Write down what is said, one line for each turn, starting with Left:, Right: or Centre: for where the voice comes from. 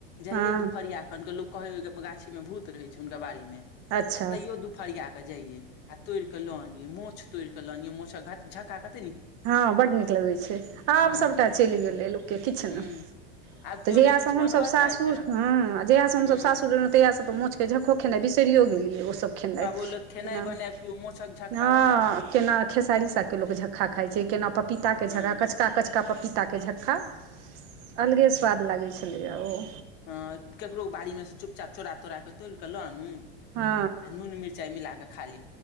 Left: जइअई
Right: हँ
Left: दुपहरिया खन क लोक स कहै कि गाछी में भूत रहै छै हुनका बाड़ी में
Right: अच्छा
Left: आ तैयो दुपहरिया के जाइयए आ तोड़िकऽ ल अनिअई मोछ तोड़िकऽ ल अनिअई मोछक झक्का क
Right: हं बड्ड नीक लगै छै आब
Left: हँ
Right: सबटा चलि गेलै लोकके किछु
Left: हुँ
Right: नहि
Left: आब
Right: तऽ
Left: केओ
Right: जहिया
Left: नहि किछु
Right: से हमसब
Left: बनबऽ
Right: सासुर
Left: चाहै छै
Right: हूं आ जहिया से हमसब
Left: हुँ
Right: सासुर रहलहुँ तहियासे तऽ मोछ के झक्खा खेनाई बिसरियो गेलियै खेनाय
Left: आब ओ लोक खेनाइ बनायब केओ माछक झक्का
Right: ह
Left: बनायब
Right: खेसारी साग के झक्का क खाइत छैइ केना पपीताके झक्का
Left: हँ
Right: कचका कचका पपीताके झक्का अलगे स्वाद लागै छलैए ओ
Left: हूं केकरो बाड़ी में से चुपचाप चोरा तोरा कऽ तोड़ि कऽ लआनु
Right: हँ
Left: आ नून मिरचाइ मिला कऽ खाय